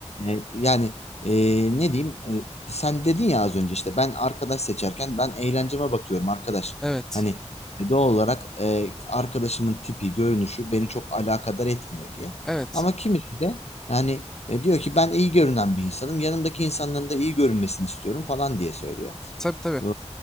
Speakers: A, on the left (about 65°); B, in the centre.
A: e, yani e, ne diyeyim e, sen dedin ya az önce işte ben arkadaş seçerken ben eğlenceme bakıyorum arkadaş.
B: Evet.
A: Hani e, doğal olarak e, arkadaşımın tipi, görünüşü beni çok alakadar etmiyor diye.
B: Evet.
A: Ama kimisi de yani e, diyor ki ben iyi görünen bir insanım. Yanımdaki insanların da iyi görünmesini istiyorum falan diye söylüyor.
B: Tabii tabii.
A: Ee,